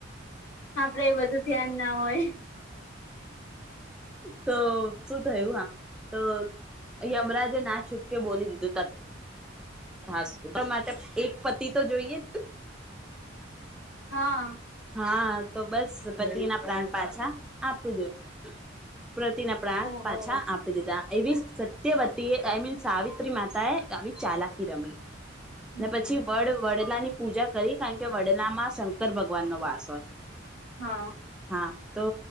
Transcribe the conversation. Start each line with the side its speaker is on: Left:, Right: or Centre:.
Left: આપરે એ બધું ધ્યાન ના હોય
Centre: તો શું થયું હા તો. યમરાજે ના છૂટકે બોલી દીધું ત ખાસું માટે એક પતિ તો જોઈએ.
Left: હા.
Centre: હા તો બસ બધી ના પ્રાણ પાછા આપું દવ પ્રતિના પ્રાણ
Left: ઓહો
Centre: પાછા આપ દીા એવી સત્યવતી આઈ મીન સાવિત્રી માતા એ આવી ચાલાકી રમી.
Left: હમ
Centre: ને પછી વડ વડલા ની પૂજા કરી કારણ કે વડલા માં શંકર ભગવાન નો વાસ હોય.
Left: હા.
Centre: હા તો